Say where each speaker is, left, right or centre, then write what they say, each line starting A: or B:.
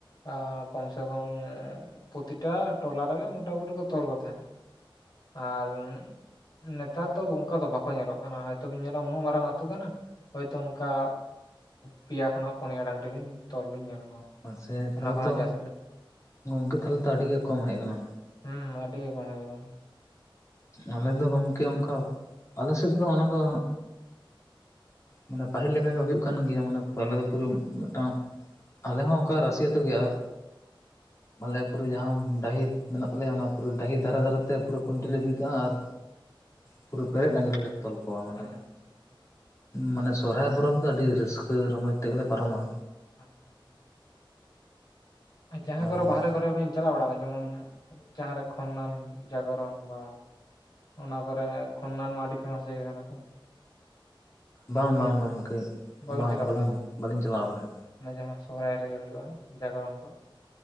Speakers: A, on the left (about 50°); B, on the left (about 35°).
A: ᱟ ᱠᱚᱢ ᱥᱮ ᱠᱚᱢ ᱯᱨᱚᱛᱤᱴᱟ ᱴᱚᱞᱟ ᱨᱮᱜᱮ ᱢᱚᱴᱟ ᱢᱩᱴᱤ ᱠᱚ ᱛᱚᱨᱠᱚ ᱛᱟᱦᱮᱸᱫ᱾ ᱟᱨ ᱱᱮᱛᱟᱨ ᱫᱚ ᱚᱱᱠᱟ ᱫᱚ ᱵᱟᱠᱚ ᱧᱮᱞᱚᱜ ᱠᱟᱱᱟ ᱦᱚᱭᱛᱳ ᱵᱤᱱ ᱧᱮᱞᱟ ᱩᱱᱟᱹᱜ ᱢᱟᱨᱟᱝ ᱟᱛᱩ ᱠᱟᱱᱟ ᱦᱳᱭᱛᱳ ᱚᱝᱠᱟ ᱯᱮᱭᱟ ᱠᱷᱚᱱᱟᱜ ᱯᱚᱱᱭᱟ ᱰᱟᱹᱝᱨᱤ ᱵᱤᱱ ᱛᱚᱞ ᱵᱤᱱ ᱧᱮᱞ ᱠᱚᱣᱟ᱾
B: ᱢᱟᱥᱮ
A: ᱚᱱᱟ
B: ᱛᱟᱞᱦᱮ
A: ᱠᱷᱚᱱᱟᱜ
B: ᱛᱚ
A: ᱡᱟᱹᱥᱛᱤ
B: ᱜᱚᱝᱠᱮ ᱛᱟᱞᱦᱮ ᱛᱚ ᱟᱹᱰᱤ ᱜᱮ ᱠᱚᱢ ᱦᱮᱡ ᱟᱠᱟᱱᱟ᱾
A: ᱦᱩᱸ ᱟᱹᱰᱤ ᱜᱮ ᱠᱚᱢ ᱦᱮᱡ ᱠᱟᱱᱟ᱾
B: ᱟᱞᱮ ᱫᱚ ᱜᱚᱝᱠᱮ ᱚᱝᱠᱟ, ᱟᱞᱮ ᱥᱮᱫ ᱫᱚ ᱚᱱᱟ ᱫᱚ ᱢᱟᱱᱮ ᱯᱟᱹᱦᱤᱞ ᱞᱮᱠᱟ ᱜᱮ ᱦᱩᱭᱩᱜ ᱠᱟᱱ ᱜᱮᱭᱟ ᱢᱟᱱᱮ ᱯᱟᱞᱮ ᱫᱚ ᱯᱩᱨᱟᱹ ᱢᱤᱫᱴᱟᱝ ᱟᱞᱮ ᱦᱚᱸ ᱚᱝᱠᱟ ᱨᱟᱹᱥᱤ ᱟᱛᱩ ᱜᱮ ᱟᱨ ᱟᱞᱮ ᱯᱩᱨᱟᱹ ᱡᱟᱦᱟᱸᱢ ᱰᱟᱹᱦᱤ ᱢᱮᱱᱟᱜ ᱛᱟᱞᱮᱭᱟ ᱚᱱᱟ ᱯᱩᱨᱟᱹ ᱰᱟᱹᱦᱤ ᱫᱷᱟᱨᱮ ᱫᱷᱟᱨᱮ ᱛᱮ ᱯᱩᱨᱟᱹ ᱠᱷᱩᱱᱴᱤ ᱞᱮ ᱵᱤᱫ ᱠᱟᱜᱼᱟ ᱟᱨ ᱯᱩᱨᱟᱹ ᱯᱮᱨᱮᱡ ᱰᱟᱹᱝᱨᱤ ᱞᱮ ᱛᱚᱞ ᱠᱚᱣᱟ ᱢᱟᱱᱮ
A: ᱟᱪᱪᱷᱟ
B: ᱢᱟᱱᱮ ᱥᱚᱨᱦᱟᱭ ᱯᱚᱨᱚᱵᱽ ᱫᱚ ᱟᱹᱰᱤ ᱨᱟᱹᱥᱠᱟᱹ ᱨᱚᱢᱚᱡᱽ ᱛᱮᱜᱮ ᱞᱮ ᱯᱟᱨᱚᱢᱟ᱾
A: ᱟᱪᱪᱷᱟ, ᱟᱪᱪᱷᱟ᱾ ᱡᱟᱦᱟᱸ
B: ᱟᱨ
A: ᱠᱚᱨᱮ ᱵᱟᱦᱨᱮ ᱠᱚᱨᱮ ᱵᱮᱱ ᱪᱟᱞᱟᱣ ᱵᱟᱲᱟ ᱡᱮᱢᱚᱱ ᱡᱟᱦᱟᱸᱨᱮ ᱠᱷᱚᱱᱱᱚᱱ, ᱡᱟᱜᱚᱨᱚᱱ ᱵᱟ ᱚᱱᱟ ᱠᱚᱨᱮ ᱠᱷᱚᱱᱱᱟᱱ ᱢᱟ ᱟᱹᱰᱤ ᱯᱷᱮᱢᱟᱥ ᱡᱟᱭᱜᱟ ᱠᱟᱱᱟ ᱥᱮ᱾ ᱤᱭᱟᱹ
B: ᱵᱟᱝ
A: ᱠᱚ ᱦᱩᱭᱩᱜᱼᱟ,
B: ᱵᱟᱝ ᱜᱚᱢᱠᱮ
A: ᱵᱟᱹᱵᱤᱱ
B: ᱵᱟᱝ
A: ᱪᱟᱞᱟᱣ
B: ᱵᱟᱹᱞᱤᱧ
A: ᱵᱟᱲᱟᱣ?
B: ᱵᱟᱹᱞᱤᱧ ᱪᱟᱞᱟᱣ ᱟᱠᱟᱱᱟ
A: ᱚᱱᱮ ᱡᱟᱦᱟᱸ ᱥᱚᱦᱚᱨᱟᱭ ᱨᱮᱜᱮ ᱦᱩᱭᱩᱜᱼᱟ ᱡᱟᱜᱽᱨᱚᱢ ᱠᱚ᱾